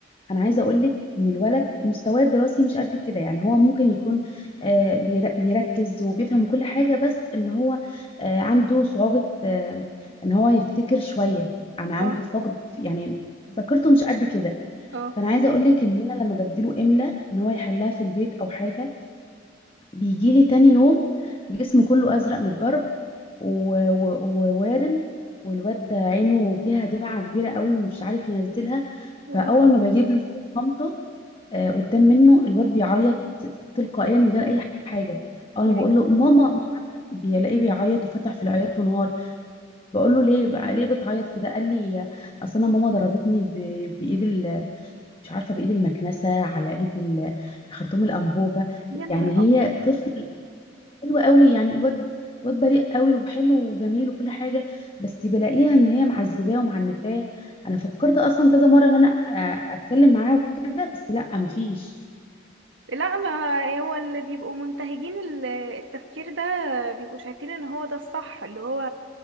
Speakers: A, on the left; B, on the right.
A: انا عايزه اقول لك ان الولد مستواه الدراسي مش قد كده يعني هو ممكن يكون آه، بير- بيركز وبيفهم كل حاجه بس ان هو آه، عنده صعوبه آه، ان هو يفتكر شويه انا عنده
B: اه
A: فقد يعني ذاكرته مش قد كده
B: اه
A: فانا عايزه اقول لك ان انا لما بديله املا ان هو يحلها في البيت او حاجه بيجيلي تاني يوم جسمه كله أزرق من الضرب و- و- ووارم والواد ده عينه فيها دمعة كبيرة قوي مش عارف ينزلها
B: يا
A: فأول
B: نهار ابيض
A: ما بجيب له صورة مامته آه، قدام منه الواد بيعيط تلقائيا من غير أي حاجة أول
B: يعني
A: ما بقول له ماما مش عارفة بيلاقيه بيعيط وفتح في العياط ونهار بقول له ليه بقى- ليه بتعيط كده قال لي اصل انا ماما ضربتني ب- بايد ال- مش عارفه بايد المكنسه على ايد ال- خرطوم الانبوبه
B: يا نهار
A: يعني
B: ابيض
A: هي طفل حلو قوي يعني الواد الواد بريء قوي وحلو وجميل وكل حاجه بس بلاقيها ان هي معذباه ومعنفاه انا فكرت اصلا كذا مره ان انا آه، اتكلم معاها وكده بس لا مفيش
B: لا ما هو اللي بيبقوا منتهجين ال- التفكير ده بيبقوا شايفين ان هو ده الصح اللي هو